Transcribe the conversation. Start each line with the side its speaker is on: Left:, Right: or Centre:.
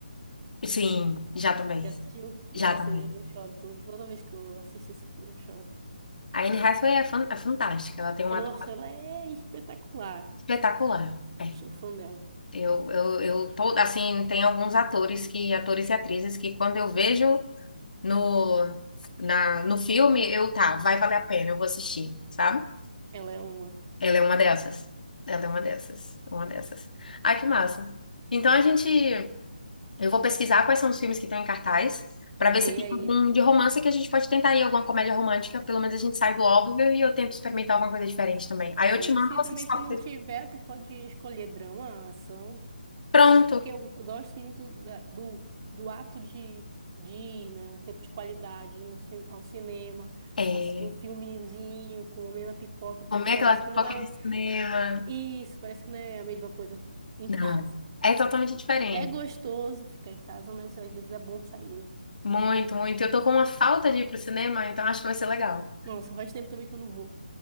Left: Sim, já também.
Right: Já assistiu? Nossa,
Left: Já também.
Right: eu, eu choro todo- toda vez que eu assisto esse filme, eu choro.
Left: A Anne Hathaway é, fan- é fantástica. Ela tem um
Right: É,
Left: ator
Right: Nossa, ela é espetacular.
Left: espetacular. É.
Right: Sou fã dela.
Left: Eu, eu, eu tô, assim, tem alguns atores que, atores e atrizes que quando eu vejo no, na, no filme, eu, tá, vai valer a pena, eu vou assistir, sabe?
Right: Ela é uma.
Left: Ela é uma dessas. Ela é uma dessas. Uma dessas. Ai, que massa. Então a gente. Eu vou pesquisar quais são os filmes que estão em cartaz, pra
Right: Vê
Left: ver se tem
Right: aí.
Left: algum de romance que a gente pode tentar aí, alguma comédia romântica. Pelo menos a gente sai do óbvio e eu tento experimentar alguma coisa diferente também. Aí eu
Right: E
Left: te mando
Right: se
Left: você
Right: também
Left: descobre.
Right: se não tiver, tu pode escolher drama, ação.
Left: Pronto.
Right: É porque eu, eu gosto muito da- do, do ato de, de ir, né? Um tempo de qualidade, ir no, cin- ao cinema,
Left: É.
Right: assistir um filmezinho, comer na pipoca, porque
Left: Comer
Right: parece
Left: aquela pipoca
Right: que não é um,
Left: de cinema.
Right: isso, parece que não é a mesma coisa em
Left: Não.
Right: casa.
Left: É totalmente diferente.
Right: É gostoso ficar em casa, mas às vezes é bom sair, né?
Left: Muito, muito. Eu tô com uma falta de ir pro cinema, então acho que vai ser legal.
Right: Nossa, faz tempo também que eu não vou.